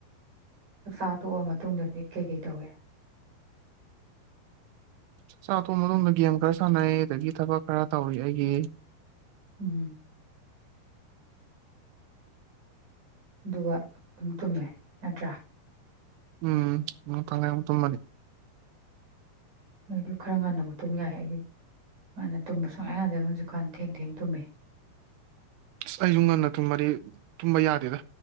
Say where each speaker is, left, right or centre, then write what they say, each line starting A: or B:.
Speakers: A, on the right (about 50°); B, on the right (about 85°).
A: ꯆꯥꯛꯆꯥ ꯇꯣꯛꯑ ꯃꯇꯨꯡꯗꯗꯤ ꯀꯩꯀꯩ ꯇꯧꯏꯦ
B: ꯆꯥꯛꯆꯥ ꯑꯇꯣꯕ ꯑꯗꯣꯝꯗ ꯒꯦꯝ ꯈꯔ ꯁꯥꯟꯅꯩ ꯑꯗꯒꯤ ꯊꯕꯛ ꯈꯔ ꯇꯧꯏ ꯑꯩꯒꯤ
A: ꯎꯝ ꯑꯗꯨꯒ ꯑꯗꯨꯝ ꯇꯨꯝꯃꯦ ꯅꯠꯇ꯭ꯔꯥ
B: ꯎꯝ ꯉꯥꯛꯇꯪ ꯂꯩꯔꯒ ꯑꯃꯨꯛ ꯇꯨꯝꯅꯤ
A: ꯅꯣꯏꯗꯤ ꯈꯔ ꯉꯥꯟꯟꯅꯕꯨꯛꯇꯨꯝ ꯌꯥꯏ ꯑꯩꯗꯤ ꯉꯥꯟꯅ ꯇꯨꯝꯕ ꯁꯨꯡꯌꯥ ꯌꯥꯗꯕꯁꯨꯛꯀꯥꯟ ꯊꯦꯡ ꯊꯦꯡ ꯇꯨꯝꯃꯦ
B: ꯑꯁ ꯑꯁꯨꯨ ꯉꯟꯅ ꯊꯨꯝꯃꯗꯤ ꯇꯨꯝꯕ ꯌꯥꯗꯦꯗ